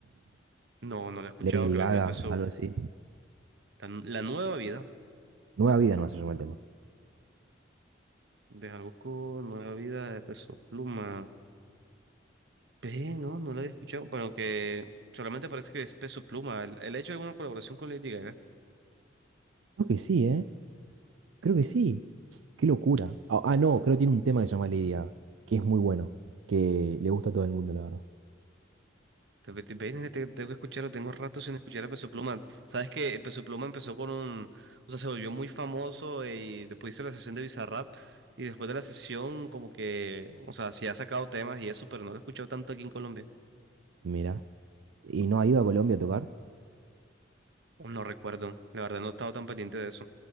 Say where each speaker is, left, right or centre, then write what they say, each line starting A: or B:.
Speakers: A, on the right; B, on the right.
A: No, no la he escuchado,
B: Lady
A: creo
B: Gaga,
A: que Peso,
B: algo así.
A: la, nu- la nueva vida
B: Nueva Vida no se llama el tema.
A: de Jalisco, nueva vida de Peso Pluma. Ve, no, no la había escuchado, pero que solamente parece que es Peso Pluma. Él él ha hecho alguna colaboración con Lady Gaga.
B: Creo que sí, ¿eh? Creo que sí. Qué locura. Ah, ah, no, creo que tiene un tema que se llama Lady Gaga, que es muy bueno, que le gusta a todo el mundo, la verdad.
A: Te, te- ven, te- tengo que escucharlo, tengo rato sin escuchar a Peso Pluma. Sabes que Peso Pluma empezó con un, o sea, se volvió muy famoso eh, y después hizo la sesión de Bizarrap y después de la sesión como que, o sea, sí ha sacado temas y eso, pero no lo he escuchado tanto aquí en Colombia.
B: Mira. ¿Y no ha ido a Colombia a tocar?
A: No recuerdo, la verdad no he estado tan pendiente de eso.